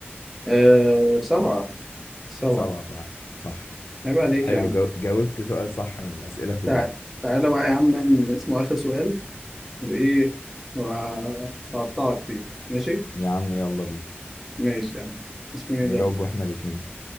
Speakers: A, in the centre; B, on the left (about 80°).
A: آه سبعه سبعة
B: سبعة فعلا صح
A: عيب عليك
B: حلو
A: يا عم
B: جو... جاوبت سؤال صح من الأسئلة كلها
A: تعال تعالى بقى يا عم من اسمه آخر سؤال وإيه وهقطعك فيه ماشي؟
B: يا عم يلا بينا
A: ماشي يا عم اسمه إيه
B: نجاوبه
A: ده؟
B: احنا الاتنين